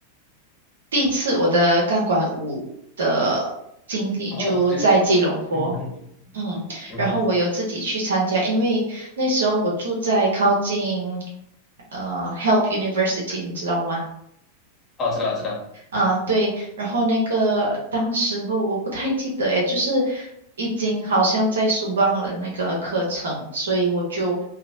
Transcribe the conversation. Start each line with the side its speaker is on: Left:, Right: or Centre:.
Right: 第一次我的钢管舞的经历就在吉隆坡，
Left: 哦，对对，对
Right: 嗯，
Left: 嗯哼，
Right: 然后我有自己去参加，因为那时候我住在靠近呃 Help University，你知道吗？
Left: 哦，知道知道，
Right: 啊，对，然后那个当时候我不太记得诶，就是已经好像在书忘了那个课程，所以我就